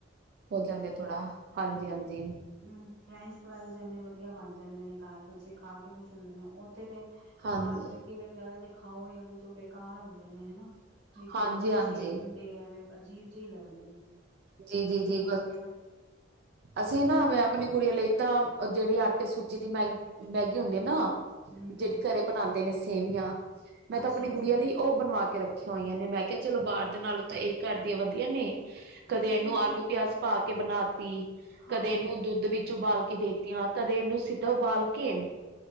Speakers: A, on the right; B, on the right.
A: ਹੋ ਜਾਂਦੇ ਥੋੜਾ ਹਾਂਜੀ-ਹਾਂਜੀ,
B: ਹੂੰ, ਫਰੈਂਚ ਫਰਾਈਜ਼ ਇਨੇ ਵਧੀਆ ਬਣਜਾ- ਕਹਿੰਦੇ ਨੇ ਘਰ ਬੱਚੇ ਖਾ ਕੇ ਖੁਸ਼ ਹੁੰਦੇ ਨੇ ਉੱਥੇ ਤੇ
A: ਹਾਂਜੀ,
B: ਬਾਹਰ ਮੈਗੀ ਵਗੈਰਾ ਤੇ ਖਾਓ ਜਾਂ ਉਹ ਚੋ ਬੇਕਾਰ ਹੁੰਦੇ ਨੇ, ਹੈਨਾ। ਵਿੱਚੋਂ
A: ਹਾਂਜੀ-ਹਾਂਜੀ।
B: ਕੱਚੇ-ਠੰਡੇ ਐਵੇਂ ਬੱਚ ਅਜੀਬ ਜੇ ਈ ਲੱਗ ਦੇ ਨੇ, ਫੇਰ
A: ਜੀ-ਜੀ-ਜੀ
B: ਅਸੀਂ ਬਣਾਨੇ
A: ਬਸ
B: ਆ।
A: ਅਸੀਂ ਨਾ ਮੈਂ ਆਪਣੀ ਗੁਡੀਆ ਲਈ ਤਾਂ ਉਹ ਜਿਹੜੀ ਆਟੇ ਸੂਚੀ ਦੀ ਮੈ-ਮੈਗੀ ਹੁੰਦੀ ਹੈ ਨਾ
B: ਹਮ
A: ਜਿਹੜੀ
B: ਹਮ
A: ਘਰੇ ਬਣਾਦੇ ਨੇ ਸੀ ਸੇਵੀਆਂ ਮੈਂ
B: ਅੱਛਾ
A: ਤਾਂ ਆਪਣੇ
B: ਅੱਛਾ
A: ਗੁਡੀਆਂ ਲਈ ਉਹ ਬਣਵਾ ਕੇ ਕੇ ਰੱਖੀਆਂ ਹੋਈਆਂ ਨੇ ਮੈਂ ਕਿਹਾ ਚਲੋ ਬਾਹਰ ਦੇ ਨਾਲੋਂ ਤਾਂ ਇਹ ਘਰ ਵਧੀਆ-ਵਧੀਆ ਨੇ ਕਦੇ
B: ਬਿਲਕੁਲ
A: ਇਹਨੂੰ ਆਲੂ
B: ਜੀ ਬਿਲਕੁਲ
A: -ਪਿਆਜ ਪਾ ਕੇ ਬਣਾ ਤੀ।
B: ਹਾਂ
A: ਕਦੇ ਇਹਨੂੰ ਦੁੱਧ ਵਿੱਚ ਉਬਾਲ ਕੇ ਦੇਖਤੀਆ, ਕਦੇ ਇਹਨੂੰ ਸੀਧਾ ਉਬਾਲ ਕੇ